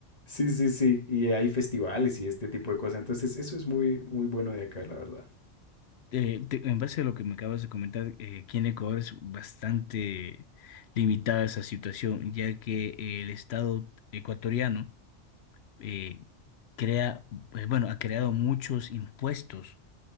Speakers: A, on the left (about 30°); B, on the left (about 65°).
A: Sí, sí, sí. Y hay festivales y este tipo de cosas. Entonces, eso es muy, muy bueno de acá, la verdad.
B: Eh, te- en base a lo que me acabas de comentar, eh, aquí en Ecuador es bastante limitada esa situación, ya que el Estado ecuatoriano eh, crea, eh, bueno, ha creado muchos impuestos